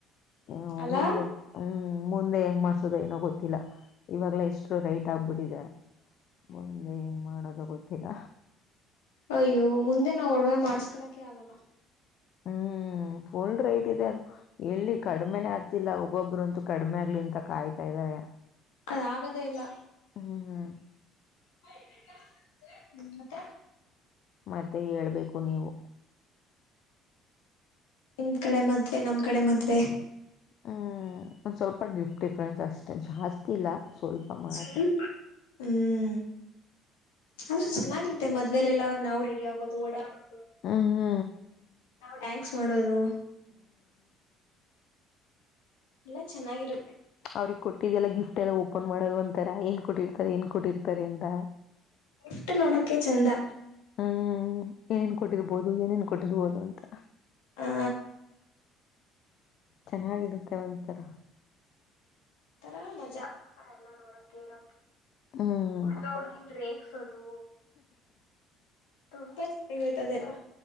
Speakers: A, on the left (about 50°); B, on the left (about 65°).
A: ಹ
B: ಅಲ್ಲಾ
A: ಮುಂದೆ ಹ್ಮ್ ಮುಂದೆ ಹೆಂಗ್ ಮಾಡ್ಸೋದು ಏನೋ ಗೊತ್ತಿಲ್ಲ ಇವಾಗ್ಲ ಇಷ್ಟು ರೈಟ್ ಆಗ್ಬಿಟ್ಟಿದೆ ಮುಂದೆ ಹೆಂಗ್ ಮಾಡದು ಗೊತ್ತಿಲ್ಲ
B: ಅಯ್ಯೋ ಮುಂದೆ ನಾವ್ ಒಡವೆ ಮಾಡಸ್ಕಳಕ ಆಗಲ್ಲ
A: ಹ್ಮ್ ಫುಲ್ ರೈಟ್ ಇದೆ ಅದು ಎಲ್ಲಿ ಕಡಿಮೆನೇ ಆಗ್ತಿಲ್ಲ ಒಬ್ಬೊಬ್ಬ್ರಂತೂ ಕಡಿಮೆ ಆಗ್ಲಿಂತ ಕಾಯ್ತಾ ಇದಾರೆ
B: ಅ ಆಗದೇ ಇಲ್ಲ
A: ಹ್ಮ್ ಹ್ಮ್
B: ಹ್ಮ ಮತ್ತೆ
A: ಮತ್ತೆ ಹೇಳ್ಬೇಕು ನೀವು
B: ನಿಮ್ ಕಡೆ ಮದ್ವೆ ನಮ್ ಕಡೆ ಮದ್ವೆ
A: ಹ್ಮ್ ಒಂದ್ ಸ್ವಲ್ಪ ಡಿಫ್ಟ್ ಡಿಫ್ರೆನ್ಸ್ ಅಷ್ಟೆ ಜಾಸ್ತಿ ಇಲ್ಲ ಸ್ವಲ್ಪ ಮಾತ್ರ
B: ಸ್ವಪ ಹ್ಮ್ ಆದ್ರೆ ಚೆನ್ನಾಗಿರುತ್ತೆ ಮ ಮದ್ೇಲೆಲ್ಲಾ ನಾವು ರಡಿಗೋ ಓಡಾಡೋುದು
A: ಹ ಹಾ
B: ನಾವವು ಟ್ಯಾಂಕ್ಸ್ ಮಾಡೋದು ಎಲ್ಲ ಚೆನ್ನಾಗಿರುತ್ತೆ
A: ಅವ್ರಿಗೆಗ್ ಕೊಟ್ಟಿದ್ದ ಎಲ್ಲ ಗಿಫ್ಟ್ ಎಲ್ಲ ಒಪ್ಪ ಫೋನ್ ಮಾಡದು ಒಥರ ಏನ್ ಕೊಟ್ಟಿರ್ತಾರೆ ಏನ್ ಕೊಟ್ಟಿರ್ತಾರೆ ಅಂತ
B: ಗಿಫ್ಟ್ ನೋಡಕ್ಕೆ ಚಂದ
A: ಹ್ಮ್ ಏನೇನ್ ಕೊಟ್ಟಿರ್ಬೋದು ಏನೇನ್ ಕೊಟ್ಟಿರ್ಬೋದು ಅಂತ
B: ಹಾ
A: ಚೆನ್ನಾಗಿರುತ್ತೆ ಒಥರ
B: ರ ಮಜಾ ಎಲ್ಲಾ ನೋಡಕೆ ಇರ
A: ಹ್ಮ್
B: ಹುಡ್ಗ ಹುಡ್ಗಿನ್ ರೇಗ್ಸೋದು ತುಂಬಾ ಚಾಗಿ ಇರ್ತದೆಲ್ಲ